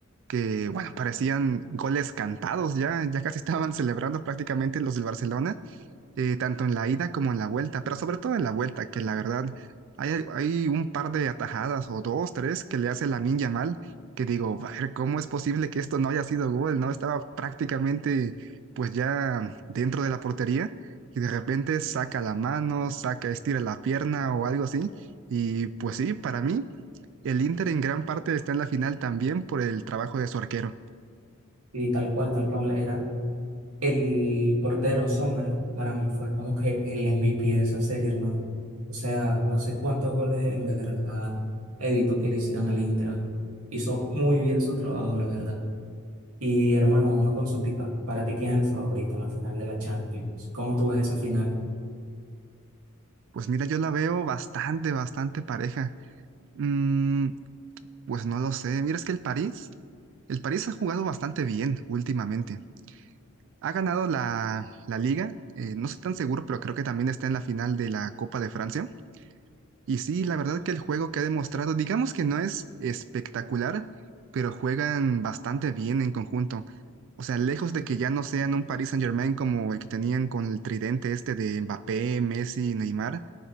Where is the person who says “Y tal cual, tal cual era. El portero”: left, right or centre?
Right